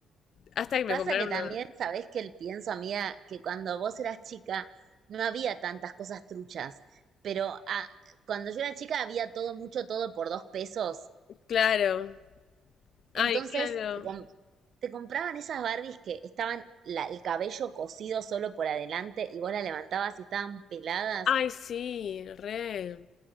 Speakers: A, on the left; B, on the right.
A: Hasta que
B: Pasa
A: me compraron
B: que también,
A: una.
B: sabés que el pienso, amiga, que cuando vos eras chica no había tantas cosas truchas, pero ah, cuando yo era chica había todo, mucho todo por dos pesos.
A: Claro.
B: Entonces
A: Ay, claro.
B: te, com- te compraban esas Barbies que estaban la- el cabello cosido solo por adelante y vos la levantabas y estaban peladas.
A: Ay, sí, re.